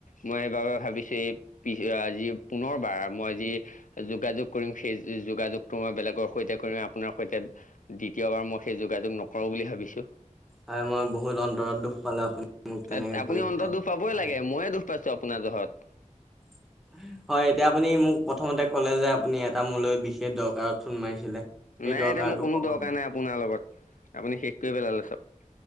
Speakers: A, on the left; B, in the centre.
A: মই সেইবাবে ভাবিছো এই পি আজি পুনৰবাৰ মই যি যোগাযোগ কৰিম সেই যোগাযোগটো মই বেলেগৰ সৈতে কৰিম আপোনাৰ সৈতে দ্বিতীয়বাৰ মই সেই যোগাযোগ নকৰো বুলি ভাবিছো।
B: হয় মই বহুত অন্তৰত দুখ পালো আপুনি মোক তেনেকে
A: এ আপুনি
B: কৰি
A: অন্তৰত
B: দিলে।
A: দুখ পাবই
B: হয়
A: লাগে, মইয়ে দুখ পাইছো আপোনাৰ জহত
B: <inaudible> হয়, এতিয়া আপুনি মোক প্ৰথমতে ক'লে, যে আপুনি এটা মোৰলৈ বিশেষ দৰকাৰত ফোন মাৰিছিলে। সেই
A: নাই,
B: দৰকাৰটো
A: এতিয়া মোৰ কোনো
B: কওক
A: দৰকাৰ
B: আপুনি।
A: নাই আপোনাৰ লগত, আপুনি শেষ কৰি পেলালে চব।